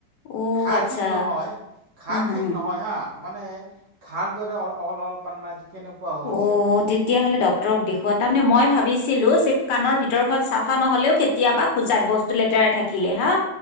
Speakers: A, on the left; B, on the right.
A: অ'
B: ঘাঁ
A: আচ্ছা
B: ঠিক নহয়। ঘাঁ
A: হা হা
B: ঠিক নহয় হা, মানে ঘাঁৰ দৰে অল অলপান মানে কেনেকুৱা হৈছে
A: অ
B: মানে
A: তেতিয়াহলে
B: অ'।
A: ড্ক্তৰক দেখুৱাত তাৰ মানে মই ভাবিছিলো যে কাৰণ ভিতৰখন চাফা নহ'লেও কেতিয়াবা খোজাই বস্তু লেতেৰা থাকিলে। হা